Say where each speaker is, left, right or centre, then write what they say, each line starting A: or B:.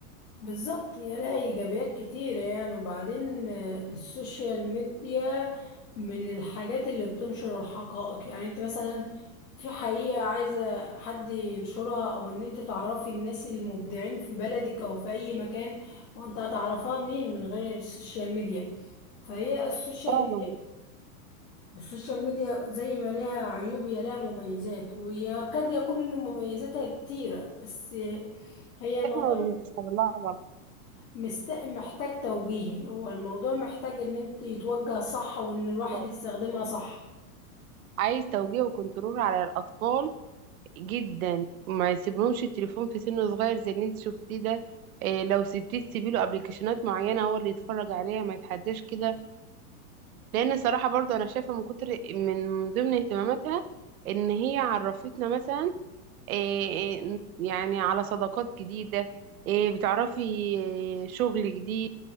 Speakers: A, on the left (about 65°); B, on the right (about 65°).
A: بالظبط يا لها ايجابيات كتيرة يعني وبعدين آه، السوشيال ميديا من الحاجات اللي بتنشر الحقائق يعني انت مثلا في حقيقة عايزة حد ينشرها او ان انت تعرفي الناس المبدعين في بلدك او في اي مكان وانت هتعرفها منين من غير السوشيال ميديا فهي السوشيال
B: فعلا
A: ميديا السوشيال ميديا زي ما لها عيوب هي لها مميزات وقد يكون ان مميزاتها كتيرة بس هي الموضوع
B: احنا بنستغلها
A: مست... محتاج توجيه هو الموضوع محتاج ان انت يتوجه صح وان الواحد
B: غلط
A: يستخدمها صح
B: عايز توجيه وكنترول على الاطفال جدا ما يسيبلهمش التليفون في سن صغير زي اللي انت شفتيه ده إيه لو سبتيه تسيبي له ابلكيشنات معينة هو اللي يتفرج عليها ما يتحداش كده لان الصراحه برضو انا شايفه من كتر من ضمن اهتماماتها ان هي عرفتنا مثلا إيه إيه يعني على صداقات جديده إيه بتعرفي إيه شغل جديد